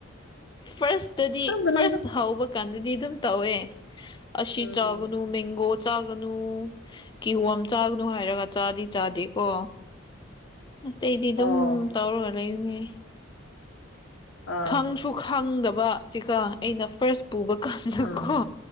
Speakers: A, on the left; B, on the left.
A: ꯐꯥꯔꯁꯇꯗꯤ
B: ꯈꯪꯗ꯭ꯔꯦꯗ
A: ꯐꯥꯔꯁ ꯍꯧꯕ ꯀꯥꯟꯗꯗꯤ ꯑꯗꯨꯝ ꯇꯧꯋꯦ ꯑꯁꯤ
B: ꯎꯝ
A: ꯆꯥꯒꯅꯨ ꯃꯦꯡꯒꯣ ꯆꯥꯒꯅꯨ ꯀꯤꯍꯣꯝ ꯆꯥꯒꯅꯨ ꯍꯥꯏꯔꯒ ꯆꯥꯗꯤ ꯆꯥꯗꯦꯀꯣ ꯑꯇꯩꯗꯤ ꯑꯗꯨꯝ
B: ꯑꯣ
A: ꯇꯧꯔꯒ ꯂꯩꯔꯤꯅꯦ
B: ꯑꯥ
A: ꯈꯪꯁꯨ ꯈꯪꯗꯕ ꯆꯦꯀꯥ ꯑꯩꯅ ꯐꯥꯔꯁ ꯄꯨꯕ ꯀꯥꯟꯗꯀꯣ
B: ꯎꯝ